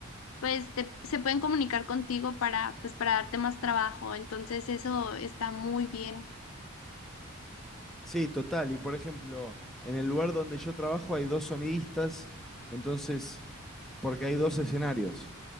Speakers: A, on the left; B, in the centre.
A: pues te- se pueden comunicar contigo para pues para darte más trabajo. Entonces eso está muy bien.
B: Sí, total. Y por ejemplo, en el lugar donde yo trabajo hay dos sonidistas, entonces, porque hay dos escenarios.